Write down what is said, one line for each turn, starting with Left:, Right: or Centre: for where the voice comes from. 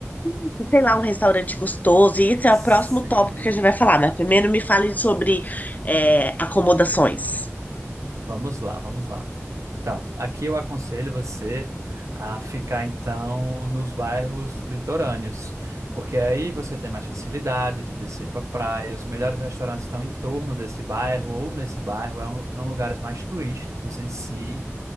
Left: Isso, sei lá, um restaurante gostoso, e esse
Right: Sim.
Left: é o próximo tópico que a gente vai falar, mas primeiro me fale sobre é, acomodações.
Right: Vamos lá, vamos lá. Então, aqui eu aconselho você a ficar então nos bairros litorâneos, porque aí você tem mais facilidade de descer para praia, os melhores restaurantes estão em torno desse bairro ou nesse bairro, é um- são lugares mais turísticos em si.